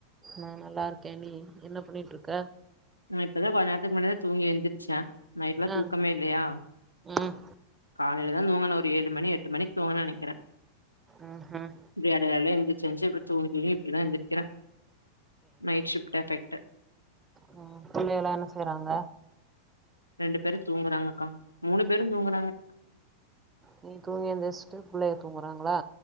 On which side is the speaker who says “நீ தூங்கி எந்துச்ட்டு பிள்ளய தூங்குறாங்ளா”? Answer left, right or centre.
Right